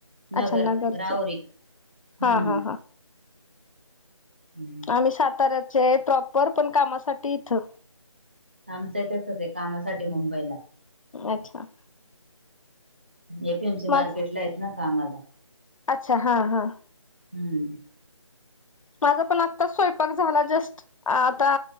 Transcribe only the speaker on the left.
अच्छा नगरचे
हा हा हा
मी साताऱ्याची प्रॉपर पण कामासाठी इथं
अच्छा!
माझ
अच्छा! हा हा
माझा पण आत्ता स्वयंपाक झाला जस्ट आता